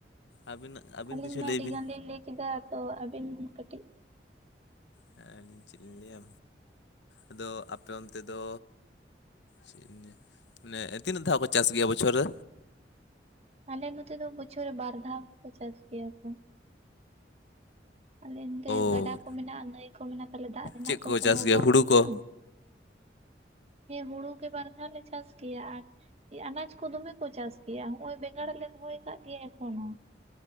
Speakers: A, on the left; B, on the right.
A: ᱟᱹᱵᱤᱱ ᱟᱹᱵᱤᱱ
B: ᱟᱹᱞᱤᱧ
A: ᱠᱤᱪᱷᱩ
B: ᱢᱟ
A: ᱞᱟᱹᱭ
B: ᱟᱹᱰᱤ
A: ᱵᱤᱱ
B: ᱜᱟᱱ ᱞᱤᱧ ᱞᱟᱹᱭ ᱠᱮᱫᱟ ᱛᱚ ᱟᱹᱵᱤᱱ ᱠᱟᱹᱴᱤᱡ
A: ᱦᱮᱸ ᱟᱞᱤᱧ ᱪᱮᱫ ᱞᱤᱧ ᱞᱟᱹᱭᱟ, ᱟᱫᱚ ᱟᱯᱮ ᱚᱱᱛᱮ ᱫᱚ ᱪᱮᱫ ᱤᱧ ᱞᱟᱹᱭᱟ, ᱢᱟᱱᱮ ᱛᱤᱱᱟᱹᱜ ᱫᱷᱟᱣ ᱠᱚ ᱪᱟᱥ ᱜᱮᱭᱟ ᱵᱚᱪᱷᱚᱨ ᱨᱮ
B: ᱟᱞᱮ ᱱᱚᱛᱮ ᱫᱚ ᱵᱚᱪᱷᱚᱨ ᱨᱮ ᱵᱟᱨ ᱫᱷᱟᱣ ᱜᱮᱠᱚ ᱪᱟᱥ ᱜᱮᱭᱟ ᱠᱚ ᱟᱞᱮ ᱱᱚᱛᱮ
A: ᱚ
B: ᱜᱟᱰᱟ ᱠᱚ ᱢᱮᱱᱟᱜᱼᱟ ᱱᱟᱹᱭ ᱠᱚ ᱢᱮᱱᱟᱜᱼᱟ ᱛᱟᱦᱚᱞᱮ ᱫᱟᱜ ᱨᱮᱱᱟᱜ
A: ᱪᱮᱫ ᱠᱚᱠᱚ
B: ᱛᱚ ᱠᱳᱱᱳ
A: ᱪᱟᱥ
B: ᱚᱵᱷᱟᱵ
A: ᱜᱮᱭᱟ ᱦᱩᱲᱩ
B: ᱵᱟᱹᱱᱩᱜᱼᱟ
A: ᱠᱚ
B: ᱦᱮᱸ ᱦᱩᱲᱩ ᱜᱮ ᱵᱟᱨ ᱫᱷᱟᱣ ᱞᱮ ᱪᱟᱥ ᱜᱮᱭᱟ ᱟᱨ ᱟᱱᱟᱡ ᱠᱚ ᱫᱚᱢᱮ ᱠᱚ ᱪᱟᱥ ᱜᱮᱭᱟ ᱦᱚᱸᱜ-ᱚᱭ ᱵᱮᱸᱜᱟᱲ ᱞᱮ ᱨᱚᱦᱚᱭ ᱠᱟᱜ ᱜᱮᱭᱟ ᱮᱠᱷᱚᱱᱳ